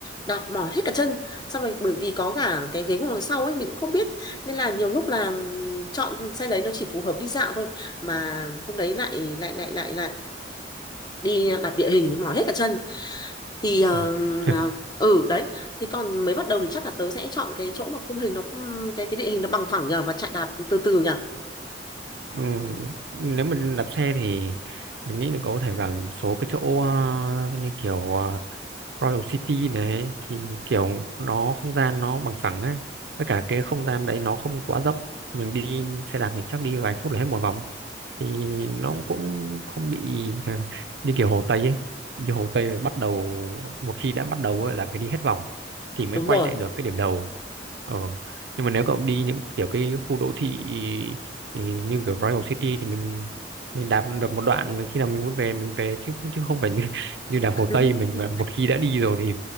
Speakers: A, on the left (about 25°); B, on the right (about 75°).
A: đạp mỏi hết cả chân xong rồi bởi vì có cả cái ghế ngồi đằng sau ấy mình cũng không biết nên là nhiều lúc là ừm, chọn xe đấy nó chỉ phù hợp đi dạo thôi mà hôm đấy lại lại lại lại lại đi đạp địa hình mỏi hết cả chân thì ờ,
B: Ừ. <laughs>
A: ờ, ừ đấy thì còn mới bắt đầu thì chắc là tớ sẽ chọn cái chỗ mà khung hình nó cái cái địa hình nó bằng phẳng nhờ và chạy đạp từ từ nhờ
B: Ừ, nếu mà đạp xe thì mình nghĩ là cậu có thể vào những số cái chỗ ờ, như kiểu ờ, Royal City này thì kiểu nó không gian nó bằng phẳng á với cả cái không gian đấy nó không quá rộng mình đi xe đạp thì chắc đi vài phút là hết một vòng thì nó cũng không bị à, như kiểu Hồ Tây ấy như Hồ Tây là bắt đầu một khi đã bắt đầu ấy, là phải đi hết vòng thì mới
A: đúng
B: quay
A: rồi
B: lại được cái điểm đầu ờ nhưng mà nếu cậu đi những kiểu cái khu đô thị thì như kiểu Royal City thì mình mình đạp được một đoạn khi nào mình muốn về mình về chứ chứ không phải như <laughs> như đạp Hồ
A: <laughs>
B: Tây mình mà một khi đã đi rồi thì